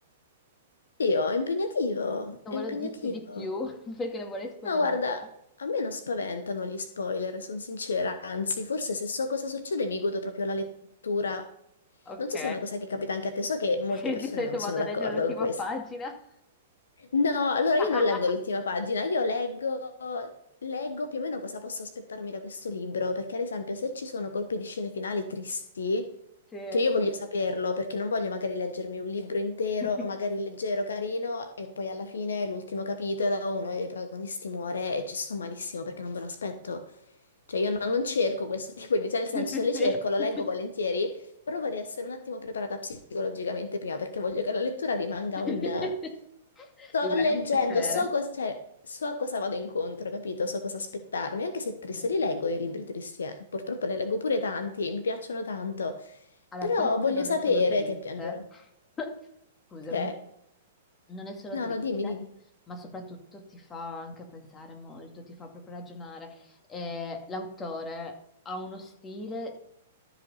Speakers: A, on the left; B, on the left.
A: Io, è impegnativo,
B: Non
A: è
B: voglio
A: impegnativo.
B: dirti di più <laughs> perché non vorrei spoilerarlo.
A: No, guarda, a me non spaventano gli spoiler, sono sincera, anzi, forse se so cosa succede mi godo proprio la lettura.
B: Ok,
A: Non so se è una cosa che capita anche a te, so che molte
B: <laughs> Sì,
A: persone
B: di solito
A: non
B: vado
A: sono d'accordo
B: a leggere l'ultima
A: con questo.
B: pagina.
A: No, allora
B: Ok,
A: io non leggo l'ultima pagina, io leggo, leggo più o meno cosa posso aspettarmi da questo libro, perché ad esempio se ci sono colpi di scene finali tristi,
B: se...
A: cioè io voglio saperlo, perché non voglio magari leggermi un libro intero,
B: <laughs>
A: magari leggero, carino, e poi alla fine l'ultimo capitolo, uno dei protagonisti muore e ci sto malissimo perché non ve lo aspetto. Cioè io no- non cerco questo <laughs> tipo di, cioè nel senso
B: Sì, sì,
A: le cerco,
B: sì.
A: lo leggo volentieri, però vorrei essere un attimo preparata psicologicamente prima perché voglio che la lettura rimanga
B: <laughs>
A: un... eh, Sto
B: Rimane
A: leggendo,
B: un piacere.
A: so, cos- cioè, so a cosa vado incontro, capito? So cosa aspettarmi, anche se triste
B: Mhm.
A: li leggo io i libri tristi, eh. Purtroppo ne leggo pure tanti e mi piacciono tanto,
B: Allora,
A: però
B: questo
A: voglio
B: non
A: sapere
B: è solo triste,
A: che piangerò,
B: <laughs> scusami,
A: ok?
B: non è solo
A: No,
B: triste,
A: no, dimmi, dimmi.
B: ma soprattutto ti fa anche pensare molto, ti fa proprio ragionare. Eh, l'autore ha uno stile